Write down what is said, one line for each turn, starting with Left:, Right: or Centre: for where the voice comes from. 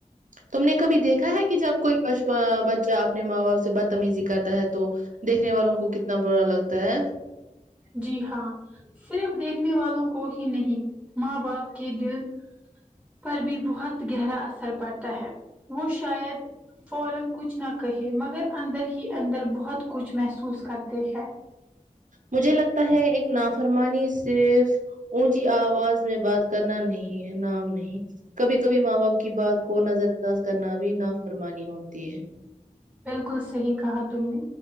Right: تم نے کبھی دیکھا ہے کہ جب کوئی بچہ اپنے ماں باپ سے بدتمیزی کرتا ہے تو دیکھنے والوں کو کتنا برا لگتا ہے
Centre: جی ہاں صرف دیکھنے والوں کو ہی نہیں ماں باپ کے دل پر بھی بہت گہرا اثر پڑتا ہے وہ شاید فورا کچھ نہ کہے مگر اندر ہی اندر بہت کچھ محسوس کرتے ہیں
Right: مجھے لگتا ہے ایک ناف فرمانی صرف اونچی آواز میں بات کرنا نہیں نام نہیں کبھی کبھی ماں باپ کی بات کو نظر انداز کرنا بھی نافرمانی ہوتی ہے
Centre: بالکل صحیح کہا تم نے